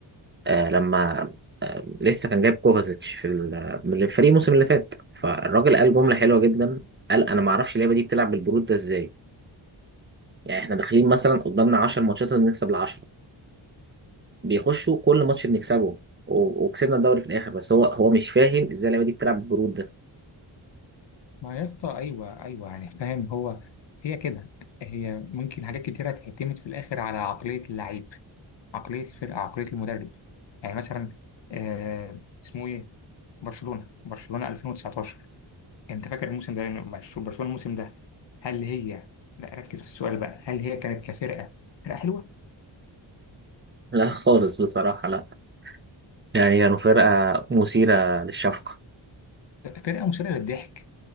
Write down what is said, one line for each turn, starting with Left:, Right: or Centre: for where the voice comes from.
Right: آه، لما آه، لسه كان جايب كوفازيتش في ال- من الفريق الموسم اللي فات فالراجل قال جمله
Left: أيوة.
Right: حلوه جدا قال انا ما اعرفش اللعيبه دي بتلعب بالبرود ده ازاي يعني احنا داخلين مثلا قدامنا 10 ماتشات لازم نكسب العشرة بيخشوا كل ماتش بنكسبه و- وكسبنا الدوري في الاخر بس هو هو مش فاهم ازاي اللعيبه دي بتلعب بالجرود ده
Left: ما يا اسطى ايوه ايوه يعني فاهم هو هي كده هي ممكن حاجات كتيرة تعتمد في الآخر على عقلية اللعيب عقلية الفرقة عقلية المدرب يعني مثلا آه اسمه ايه برشلونة برشلونة 2019 انت فاكر الموسم ده مع شو- برشلونة الموسم ده هل هي لا ركز في السؤال بقى هل هي كانت كفرقة فرقة حلوة
Right: <laughs> لا خالص بصراحه لا يعني كانوا فرقه مثيره للشفقه
Left: فرقة مثيرة للضحك